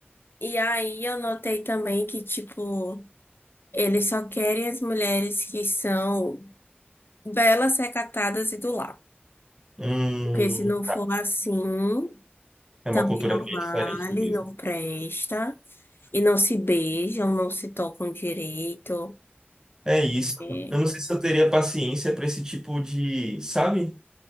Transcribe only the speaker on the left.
E aí eu notei também que, tipo, eles só querem as mulheres que são belas, recatadas e do lar.
Porque se não for assim,
também
não
vale,
não presta. E não se beijam, não se tocam direito.
É.